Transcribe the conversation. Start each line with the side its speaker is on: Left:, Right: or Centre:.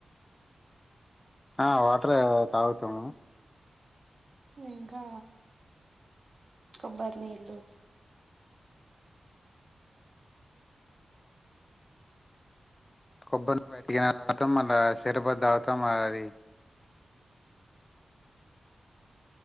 Left: ఆ వాటరూ తాగుతాము
Right: ఇంకా కొబ్బరి నీళ్ళు
Left: కొబ్బరిని బతికిన రాతం మళ్ళ షెరాబత్ త వుతాం అది